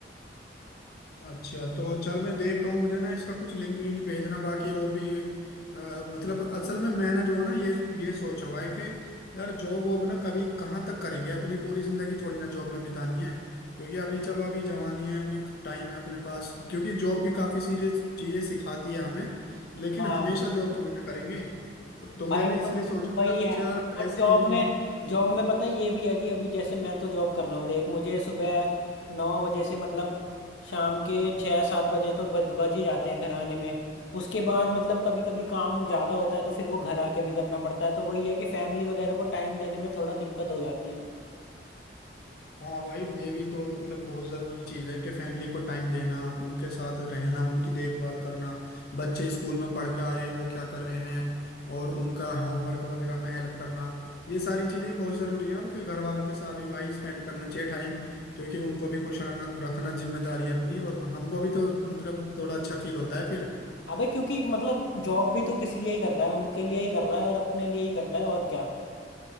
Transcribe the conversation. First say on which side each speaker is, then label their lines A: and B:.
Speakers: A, on the left; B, on the left.
A: अच्छा तो चल मैं देखता हूँ मुझे ना इसका कुछ लिंक विंक भेजना बाकी और भी अ, मतलब असल में मैंने जो है ना ये ये सोचा हुआ है कि यार जॉब वॉब ना कभी कहाँ तक करेंगे अपनी पूरी जिंदगी थोड़ी ना जॉब में बितानी है क्योंकि अभी चलो अभी जवानी है अभी टाइम है अपने पास क्योंकि जॉब भी काफी सीरियस चीजें सिखाती है हमें लेकिन
B: हाँ
A: हमेशा जॉब थोड़ी ना करेंगे तो, तो मैंने
B: भाई व-
A: इसलिए सोचा
B: वही
A: था कुछ
B: है
A: यार पैसे
B: और जॉब
A: इनकम
B: में जॉब में पता है ये भी है कि अभी जैसे मैं तो जॉब कर रहा हूँ देख मुझे सुबह नौ बजे से मतलब शाम के छः सात बजे तो बज बज ही जाते हैं घर आने में उसके बाद मतलब कभी कभी काम ज़्यादा होता है तो फिर वो घर आके भी करना पड़ता है तो वही है कि फैमिली वगैरह को टाइम देने में थोड़ा दिक्कत हो जाती है
A: हाँ भाई ये भी तो मतलब बहुत ज़रूरी चीज़ है कि फैमिली को टाइम देना उनके साथ रहना उनकी देखभाल करना बच्चे स्कूल में पढ़ के आ रहे हैं वो क्या कर रहे हैं और उनका होमवर्क वगैरह में हेल्प करना ये सारी चीज़ें बहुत ज़रूरी हैं और फिर घर वालों के साथ भी भाई स्पेंड करना चाहिए टाइम क्योंकि उनको भी खुश रहना रखना जिम्मेदारी है अपनी और हमको भी तो मतलब थोड़ा अच्छा फील होता है फिर
B: अबे क्योंकि मतलब जॉब भी तू किस लिए ही कर रहा है उनके लिए ही कर रहा है और अपने लिए ही कर रहा है और क्या